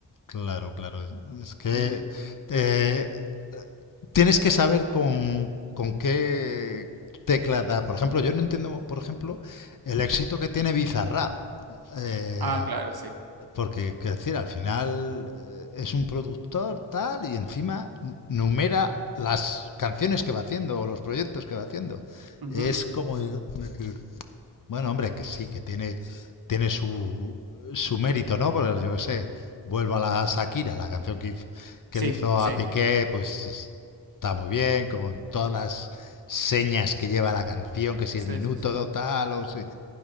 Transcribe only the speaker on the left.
Claro, claro. Es es que
eh, tienes que saber con, con qué tecla da. Por ejemplo, yo no entiendo, por ejemplo, el éxito que tiene Bizarrap. eh,
porque, quiero decir, al final eh, es un productor tal y encima n- numera las canciones que va haciendo o los proyectos que va haciendo.
Es como decir, Bueno, hombre, es que sí, que tiene, tiene su, su mérito, ¿no? Porque yo qué sé, vuelvo a la Shakira, la canción que, hiz- que
le hizo
a Piqué, pues está muy bien, con todas las señas que lleva la canción, que si
el minuto
do tal, o si,